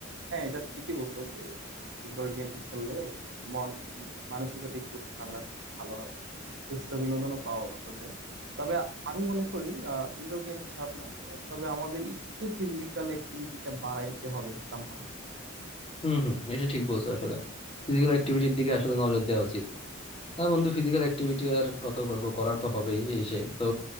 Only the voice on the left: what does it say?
হুম হুম এটা ঠিক বলছো আসলে ফিজিক্যাল অ্যাক্টিভিটির দিকে আসলে নজর দেওয়া উচিত হ্যাঁ বন্ধু ফিজিক্যাল অ্যাক্টিভিটি আর কত করব করার তো হবেই এই সে তো